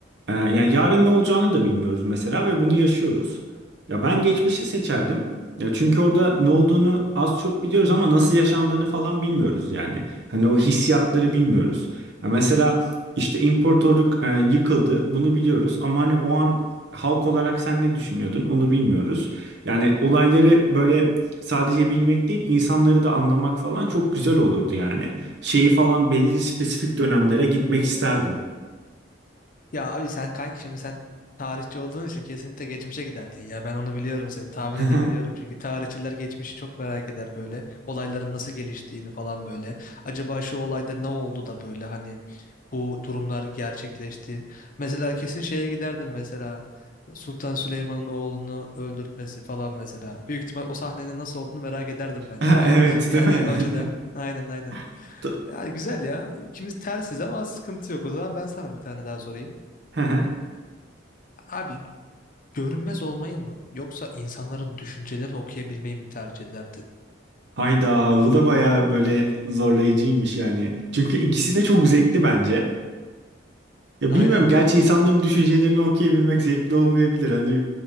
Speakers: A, on the right; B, on the left.
A: e, ya yarın ne olacağını da bilmiyoruz mesela ve bunu yaşıyoruz. Ya ben geçmişi seçerdim. Ya çünkü orada ne olduğunu az çok biliyoruz ama nasıl yaşandığını falan bilmiyoruz yani. Hani o hissiyatları bilmiyoruz. Ya mesela işte imparatorluk e, yıkıldı. Bunu biliyoruz ama hani o an halk olarak sen ne düşünüyordun onu bilmiyoruz. Yani olayları böyle sadece bilmek değil insanları da anlamak falan çok güzel olurdu yani. Şeyi falan belli spesifik dönemlere gitmek isterdim.
B: Ya abi sen kanki şimdi sen tarihçi olduğun için kesinlikle geçmişe giderdin ya. Ben onu biliyorum seni tahmin
A: <laughs>
B: edebiliyorum. Çünkü tarihçiler geçmişi çok merak eder böyle. Olayların nasıl geliştiğini falan böyle. Acaba şu olayda ne oldu da böyle hani bu durumlar gerçekleşti. Mesela kesin şeye giderdim mesela. Sultan Süleyman'ın oğlunu öldürtmesi falan mesela. Büyük ihtimal o sahnenin nasıl olduğunu merak ederdim bence.
A: Evet
B: <laughs> Yani
A: değil mi?
B: o açıdan. Aynen aynen.
A: <laughs> T-
B: Ya güzel ya. İkimiz tersiz ama sıkıntı yok. O zaman ben sana bir tane daha sorayım.
A: <laughs>
B: Abi görünmez olmayı mı yoksa insanların düşüncelerini okuyabilmeyi mi tercih ederdin?
A: Hayda bu da bayağı böyle zorlayıcıymış yani. Çünkü ikisi de çok zevkli bence. Ya
B: Aynen
A: bilmiyorum gerçi insanların düşüncelerini okuyabilmek zevkli olmayabilir. Hani